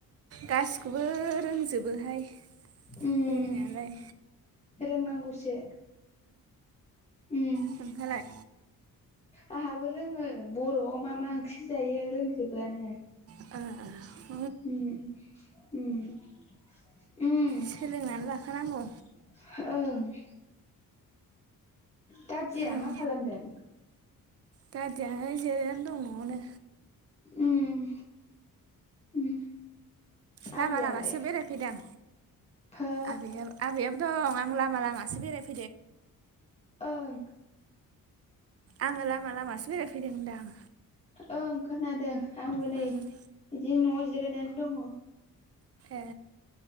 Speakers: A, on the right; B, on the left.
A: गासिखौबो रोंजोबोहाय।
B: ओम
A: रोंनायालाय
B: रोंनांगौसो उम
A: खोनथालाय।
B: आंहाबो रोंङो बरआव मा मा ओंख्रि जायो रोंजोबोआनो।
A: ओह ओह।
B: उम उम। उम
A: सोलोंनानै
B: <inaudible>
A: लाखानांगौ
B: ओं। दादिया
A: ओं
B: मा खालामदों।
A: दादियानो जिरायनानै दं न'आवनो
B: उम उम।
A: लामा
B: आबैयालाय
A: लामासो बेरायफैदां
B: हो
A: आबैया आबैयाबोदं आ लामा लामासो बेरायफ
B: ओं।
A: आङो लामा लामासो बेरायफैदों होनदां।
B: ओं खोनादों आंबो नै
A: ओं
B: बिदि नआव जिरायनानै दङ।
A: ए